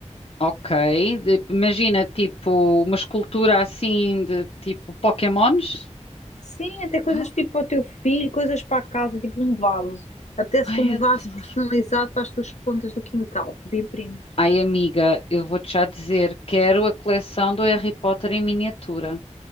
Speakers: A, on the left; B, on the left.
A: Ok, de- imagina tipo uma escultura assim de tipo Pokémons.
B: Sim, até coisas
A: Ah,
B: tipo para o teu filho, coisas para a casa, tipo um vaso. Apetece-te
A: Ai,
B: um
A: adoro.
B: vaso personalizado para as tuas plantas do quintal. De imprimes.
A: Ai, amiga, eu vou-te já dizer, quero a coleção do Harry Potter em miniatura.